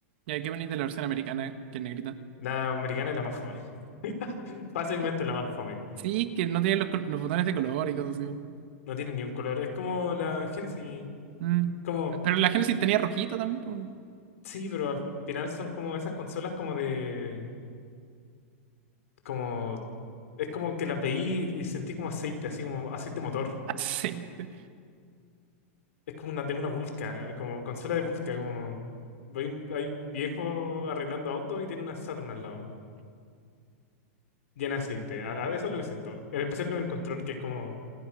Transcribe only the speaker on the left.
La americana es la más fome. <laughs> Fácilmente
la más fome.
No tiene ni un color. Es como la Genesis.
Como,
sí, pero al final son como esas consolas como de, como, es como que las veí y sentí como aceite, así como aceite motor.
Es como una de una vulca, como consola de vulca, como hay un, hay un viejo arreglando auto y tiene una Saturn al lado, llena de aceite. A- a- eso es lo que siento. En especial con el control, que es como